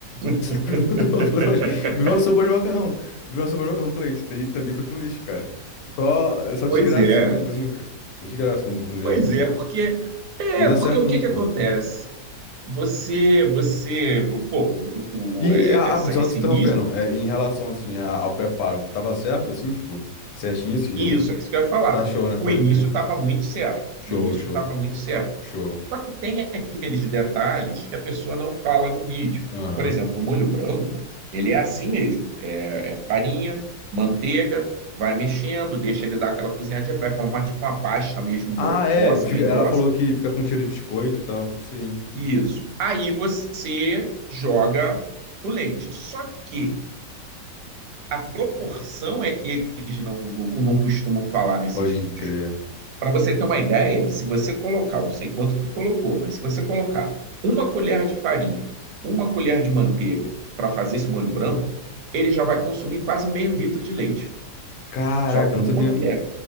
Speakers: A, on the right (about 75°); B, on the left (about 80°).
A: <laughs>
B: Ficou tudo, ficou nojento. Virou uma sopa de macarrão. Virou uma sopa de macarrão com leite. Daí também foi pro lixo, cara. Só, é só desgraça,
A: Pois é,
B: assim, quando eu cozinho, cara. Só desgraça quando eu vou cozinhar,
A: pois
B: cara.
A: é, porque é
B: Não dá
A: porque
B: certo
A: o
B: nunca.
A: que que acontece? Você, você, pô, o,
B: E,
A: o- é-
B: e ah,
A: essa,
B: ah, só
A: esse
B: te interrompendo,
A: início
B: é, em relação, assim, a- ao preparo, tava certo, assim, tipo, certinho se
A: Isso, é isso que eu ia falar.
B: Tá show, né?
A: O
B: Pode
A: início
B: crer.
A: estava muito certo.
B: Show,
A: O início
B: show,
A: estava muito certo.
B: show.
A: Só que tem aqueles detalhes que a pessoa não fala no vídeo.
B: Aham.
A: Por exemplo, o molho branco, ele é assim mesmo. É, é farinha, manteiga, vai mexendo, deixa ele dar aquela cozinhadinha, vai formar tipo uma pasta mesmo
B: Ah, é.
A: grossa,
B: fica-
A: bem
B: ela
A: grossa.
B: falou que fica com cheiro de biscoito e tal. Isso aí.
A: Isso. Aí você joga o leite. Só que a proporção é que eles não, não, não costumam falar nesses
B: Pode
A: vídeos.
B: crer.
A: Para você ter uma ideia, se você colocar, eu não sei quanto que tu colocou, mas se você colocar uma colher de farinha, uma colher de manteiga para fazer esse molho branco, ele já vai consumir quase meio litro de leite,
B: Caraca,
A: só com
B: eu
A: uma
B: não sabia.
A: colher.